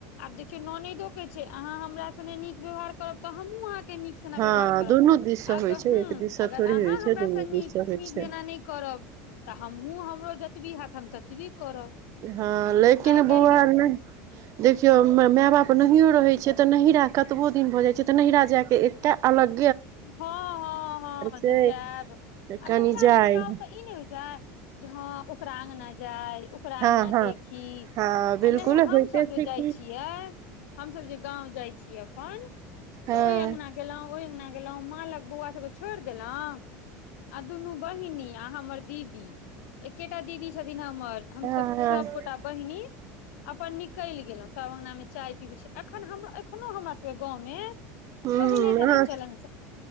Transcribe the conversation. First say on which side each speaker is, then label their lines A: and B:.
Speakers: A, on the left; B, on the right.
A: आब देखियौ ननैदो के छैय अहाँ हमरा सने नीक व्यवहार करब तऽ हमहूं आहां के नीक सने
B: हँ
A: व्यवहार करब
B: दुनू दिस से
A: आग
B: होइ छै
A: हं
B: एक दिस से
A: अगर
B: थोड़ी
A: आहां
B: होइ छै
A: हमरा
B: दुनू
A: सने
B: दिस से होइ
A: नीक
B: छै
A: जना नैय करब तब तऽ हमहू हमरो जतबी हेत हम ततबी करब
B: हँ लेकिन
A: आइ
B: बौआ
A: काल्हि
B: नैह देखियौ
A: के
B: माय बाप नहियो रहै छै तऽ नैहरा कतबो दिन भऽ जाइ छै तऽ नैहरा जाय के एकटा अलग
A: हँ हँ हँ जे
B: छै
A: जाइब आ
B: कनि
A: नैहरा
B: जाइ
A: मे जाइब तऽ ई नैय होइ छै जे हँ ओकरा अगना जाय ओकरा
B: हँ
A: अगना
B: हँ
A: देखी
B: हँ बिलकुल
A: आ नहि हम
B: होइते
A: सभ
B: छै
A: जे
B: कि
A: जाइ छियै हम सभ जे गाँंव जाइ छियै
B: हँ
A: त ओई अंगना गेलौं ओई अंगना माँ लंग बौआ सबके छोड़ि देलहु आ दुनू बहिनी आ हमर दीदी एकेटा दीदी छथिन हमर हम
B: हँ
A: सब
B: हँ
A: सब
B: ह
A: गोटा बहिनी अपन निकइल गेलोँ सब अंगना मे चाय पीबि छै एखन हम एखनो हमरा सबके गाँंव में
B: अहाँ
A: पहिले जेना चलन